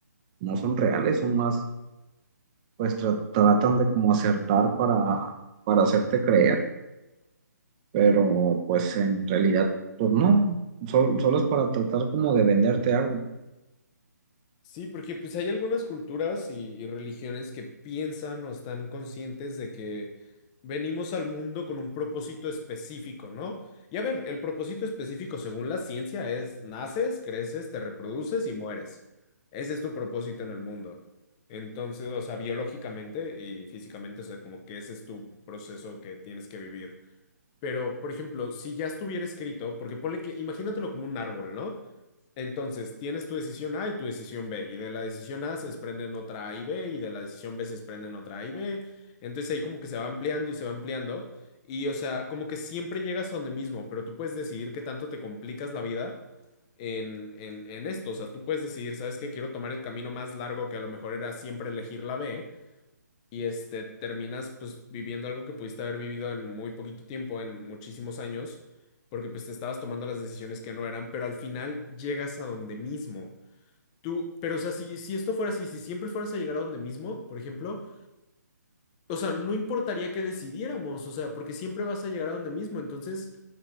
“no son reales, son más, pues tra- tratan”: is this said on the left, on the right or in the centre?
Right